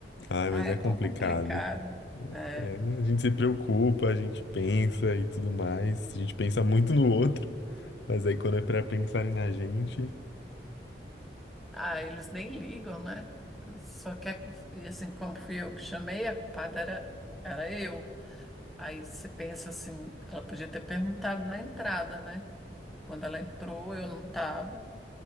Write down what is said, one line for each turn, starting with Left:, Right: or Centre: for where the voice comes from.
Left: Ai,
Centre: ah,
Left: mas
Centre: é
Left: é
Centre: tão
Left: complicado.
Centre: complicado. É.
Left: É, a gente se preocupa, a gente pensa e tudo mais. A gente pensa muito no outro, mas aí quando é pra pensarem na gente,
Centre: Ah, eles nem ligam, né? Só quer que, e assim, como fui eu que chamei, a culpada era, era eu. Aí você pensa assim, ela podia ter perguntado na entrada, né? Quando ela entrou, eu não estava.